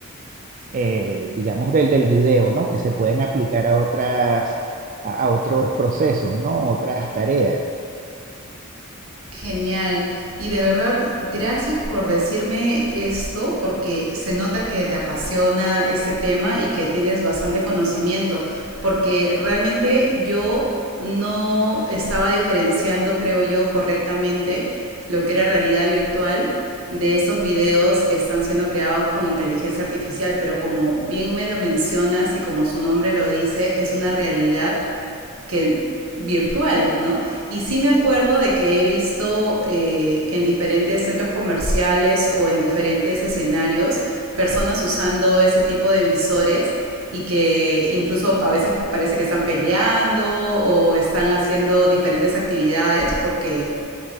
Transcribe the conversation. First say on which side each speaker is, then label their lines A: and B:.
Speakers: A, on the right (about 40°); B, on the right (about 85°).
A: eh, digamos, del, del video, ¿no? Que se pueden aplicar a otras, a, a otros procesos, ¿no? Otras tareas.
B: Genial. Y de verdad, gracias por decirme esto, porque se nota que te apasiona este tema y que tienes bastante conocimiento, porque realmente yo no estaba diferenciando, creo yo, correctamente lo que era realidad virtual de estos videos que están siendo creados con inteligencia artificial, pero como bien me lo mencionas y como su nombre lo dice, es una realidad que virtual, ¿no? Y sí me acuerdo de que he visto eh, en diferentes centros comerciales o en diferentes escenarios personas usando ese tipo de visores y que incluso a veces parece que están peleando o están haciendo diferentes actividades porque